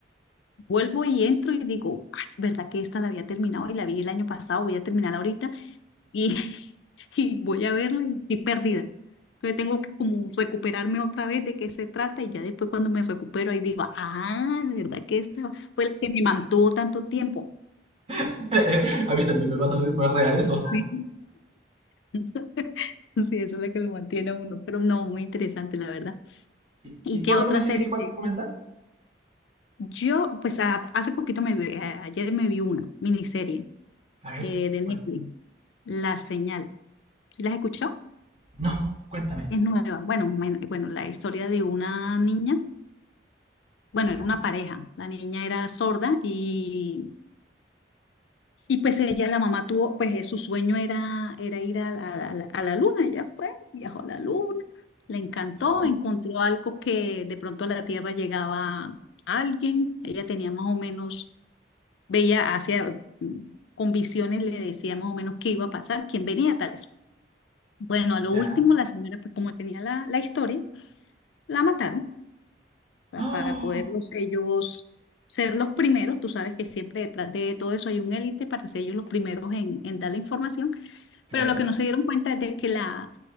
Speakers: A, on the left; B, on the right.
A: vuelvo y entro y digo, ay, ¿verdad que esta la había terminado y la vi el año pasado, voy a terminarla ahorita? y, <laughs> y voy a verla y estoy perdida. Entonces tengo que como recuperarme otra vez de qué se trata y ya después cuando me recupero ahí digo, ah, de verdad que esta fue la que me mantuvo tanto tiempo.
B: <laughs> A mí también me pasa lo mismo, es real eso.
A: Sí, <laughs> Sí, eso es la que lo mantiene a uno, pero no, muy interesante la verdad.
B: ¿Y,
A: ¿Y
B: y
A: qué
B: tú alguna
A: otra
B: serie
A: serie?
B: que puedas
A: te-
B: recomendar?
A: Yo, pues a- hace poquito me vi, a- ayer me vi una miniserie
B: A ver,
A: eh, de
B: ¿cuál?
A: Netflix, La Señal. ¿Sí ¿Las escuchó?
B: No, cuéntame.
A: Es nueva. Bueno, men- bueno, la historia de una niña. bueno,
B: Ya,
A: era una pareja, la niña era sorda y, y pues ella, la mamá tuvo, pues eh, su sueño era, era ir a la, a la- a la luna, ella fue, viajó a la luna, le encantó,
B: ya,
A: encontró algo que de pronto a la Tierra llegaba alguien, ella tenía más o menos, veía hacia, mm, con visiones le decía más o menos qué iba a pasar, quién venía, tales. Bueno, a lo
B: ya.
A: último la señora, pues como tenía la, la historia, la mataron. sea,
B: <gasps> ¡Oh!
A: para poderlos ellos ser los primeros. Tú sabes que siempre detrás de todo eso hay un élite para ser ellos los primeros en, en dar la información,
B: claro.
A: pero lo que no se dieron cuenta es de que la,